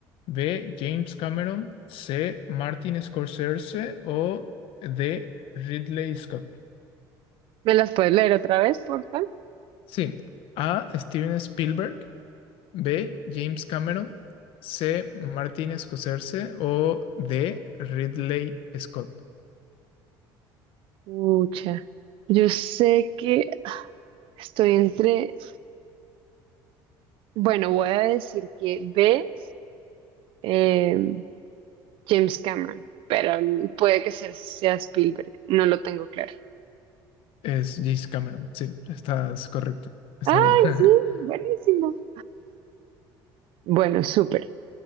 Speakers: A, on the left; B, on the right.
A: B. James Cameron. C. Martin Scorsese. O D. Ridley Scott.
B: ¿Me las puedes leer otra vez, por favor?
A: Sí. A. Steven Spielberg. B. James Cameron. C. Martin Scorsese. O D. Ridley Scott.
B: Pucha. Yo sé que ah, estoy entre. Bueno, voy a decir que B, eh, James Cameron, pero puede que sea, sea Spielberg, no lo tengo claro.
A: Es James Cameron. Sí, estás correcta. Está
B: ¡Ay,
A: bien.
B: sí!
A: <laughs>
B: Buenísimo. Bueno, súper.